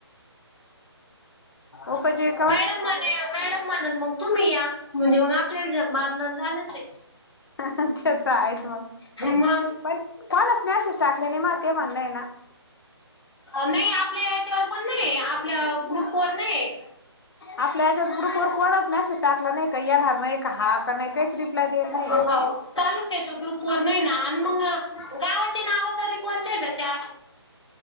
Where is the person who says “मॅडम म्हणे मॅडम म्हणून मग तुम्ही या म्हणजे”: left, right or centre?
Left